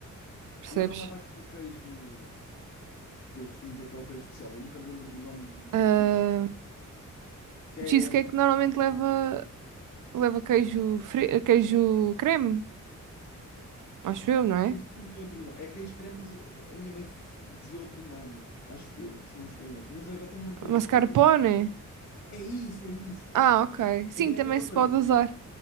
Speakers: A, on the right; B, on the left.
A: percebes?
B: Mas não leva aquele queijo que eu costumo dizer que é o queijo especial. Eu nunca me lembro do nome do, do
A: Ah,
B: tipo de que
A: o cheesecake
B: é.
A: normalmente leva Leva queijo, fri- queijo creme, acho eu, não é?
B: não tem outro nome. É queijo creme, mas eh, a minha mãe f- dizia outro nome, acho eu, se não estou em erro. Mas agora também não me estou a
A: Mascarpone.
B: lembrar. Mas é isso, é isso.
A: Ah, ok. Sim,
B: Mas é
A: também
B: a mesma
A: se
B: coisa.
A: pode usar.
B: né?